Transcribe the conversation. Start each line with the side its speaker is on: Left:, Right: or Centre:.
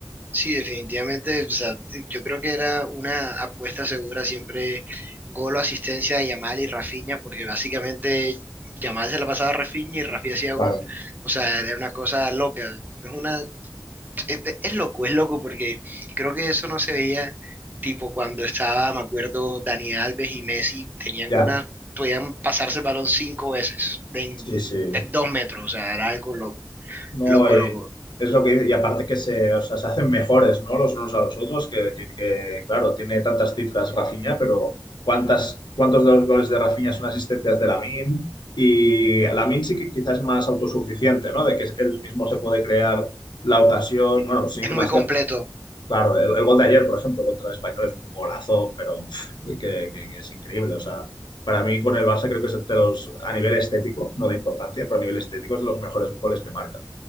Right: sí, definitivamente. o sea, yo creo que era una apuesta segura siempre gol o asistencia de Yamal y Rafinha, porque básicamente Yamal se la pasaba a Rafinha y Rafinha hacía
Left: Claro,
Right: gol. O sea, era una cosa loca. Es una, Es, es loco, es loco porque creo que eso no se veía tipo cuando estaba, me acuerdo, Dani Alves y Messi tenían
Left: ya.
Right: una, podían pasarse el balón cinco veces en
Left: Sí, sí.
Right: de dos metros, o sea, era algo loco,
Left: No,
Right: loco,
Left: eh,
Right: loco.
Left: es lo que dice, y aparte que se, o sea, se hacen mejores, ¿no? Los unos a los otros, que decir que, claro, tiene tantas cifras Rafinha, pero ¿cuántas, cuántos de los goles de Rafinha son asistencias de Lamine? Y Lamine sí que quizás es más autosuficiente, ¿no? De que él mismo se puede crear la ocasión, bueno, sin
Right: Es
Left: ir
Right: muy
Left: más
Right: completo.
Left: lejos. Claro, el, el gol de ayer, por ejemplo, contra el Español es un golazo, pero pf, que, que- que es increíble, o sea. Para mí, con el Barça creo que es de los, a nivel estético, no de importancia, pero a nivel estético es de los mejores goles que marca